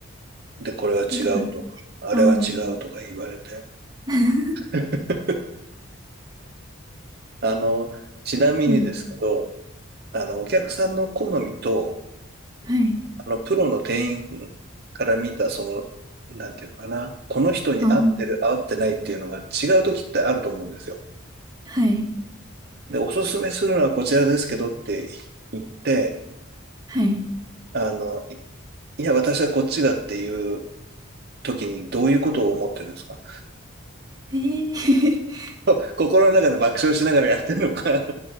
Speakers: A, on the right; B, on the right.
A: ら。で、これは違うとか、
B: なんかと、あ
A: あれは違うとか言われて。
B: あ。<laughs>
A: <laughs> あの、ちなみにですけど、
B: うん
A: あの、お客さんの好みと、
B: はい。
A: あの、プロの店員から見た、その、なんていうのかな、この人に合ってる、
B: ああ。
A: 合ってないっていうのが違う時ってあると思うんですよ。
B: はい。
A: で、おすすめするのはこちらですけどって言って、
B: はい。
A: あの、いいや、私はこっちがっていう時にどういうことを思ってるんですか
B: ええ <laughs>
A: こ <laughs> 心の中で爆笑しながらやってるのか